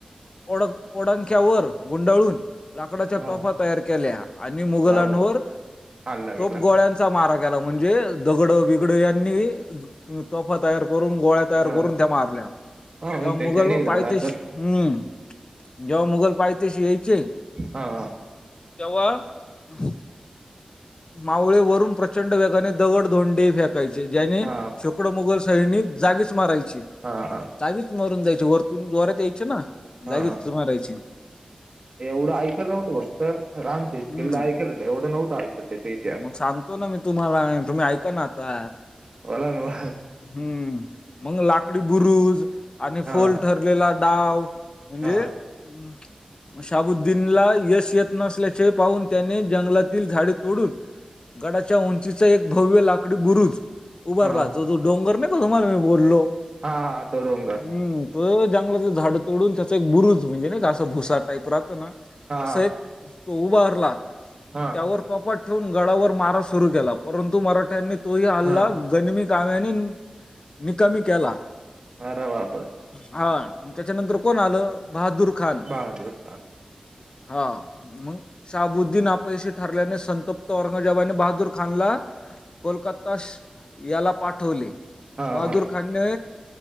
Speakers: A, on the left (about 40°); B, on the right (about 45°).
A: ओ ओडख्यावर गुंडाळून लाकडाच्या
B: हा
A: तोफा तयार केल्या आणि मुघलांवर
B: बाबो हल्ला
A: तोप
B: गेला
A: गोळ्यां मारा केला म्हणजे दगड बगड यांनी तोफा तयार करून गोळ्या तयार
B: ह
A: करून त्या मारल्या.
B: ह
A: जेव्हा मुघल
B: त्याच्याने झाला
A: पाहते
B: असल
A: हम्म जेव्हा मुघल पाहतेशी यायचे.
B: हा हा.
A: तेव्हा मावळे वरून प्रचंड वेगाने दगड धोंडे फेकायचे. ज्याने
B: हा
A: शुकडो मुघल सैनिक जागीच मारायचे.
B: हा हा.
A: जागीच मारून जायची. वरतून जोरात यायचे ना?
B: हा
A: जागीच मारयचे.
B: एवढं ऐकयला नव्हतं. फक्त राम सकल्ला
A: हम्म
B: ऐकल हों एवढं नव्हतं ऐकला. <unintelligible>
A: मग सांगतो ना मी तुम्हाला. तुम्ही ऐका ना आता.
B: वाला ना वा.
A: हम्म मग लाकडी बुरुज आणि
B: हा
A: फोल ठरलेला डाव म्हणजे
B: हा
A: हम्. शाबुद्दीन ला यश येत नसल्याचे पाहून त्याने जंगलातील झाडे तोडून गडाच्या उंचीचा एक भव्य लाकडी बुरुज उभारला.
B: हा
A: जो जो डोंगरे का तुमल मी बोललो?
B: हा तो डोंगर
A: हम् त जंगलातलं झाड तोडून त्याचा एक बुरुज म्हणजे ना का असं भुसा टाईप राहतं ना?
B: हा
A: तस एक तो उभारला
B: हा
A: त्यावर तोपात ठेवून गळाावर मारा सुरू केला परंतु मराठ्यांनी तोही हल्ला
B: हा
A: गनिमी काव्यानेनिकामी केला.
B: अरे बापरे.
A: हा त्याच्यानंतर कोण आलं? बहादूर खान.
B: बहादूर हा
A: हा. मग शाबुद्दीन आपयशी ठरल्याने संतप्त औरंगजेबाने बहादूर खान ला कोलकात याला पाठवले
B: हा
A: बहादूर
B: हा
A: खानने.